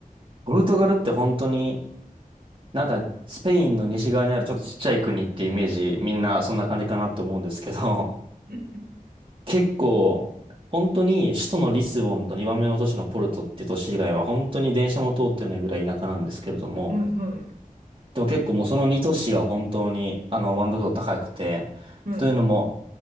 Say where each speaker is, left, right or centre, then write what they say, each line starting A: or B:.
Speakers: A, on the right; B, on the right.
A: ポルトガルって本当になんかスペインの西側にあるちょっとちっちゃい国ってイメージみんなそんな感じかなって思うんですけど、
B: うん
A: 結構、本当に首都のリスボンと2番目の都市のポルトって都市以外は本当に電車も通ってないぐらい田舎なんですけれども、
B: はいはい
A: でも結構もうその2都市は本当にあの満足度高くて、
B: はい。
A: というのも